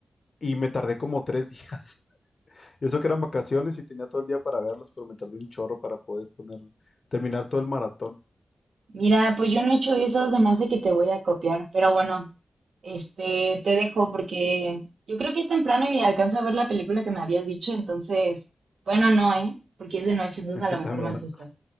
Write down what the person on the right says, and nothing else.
Mira, pues yo no he hecho eso, se me hace que te voy a copiar, pero bueno, este, te dejo porque yo creo que es temprano y alcanzo a ver la película que me habías dicho, entonces, bueno, no, ¿eh? Porque es de noche, entonces
a lo mejor
me asusto.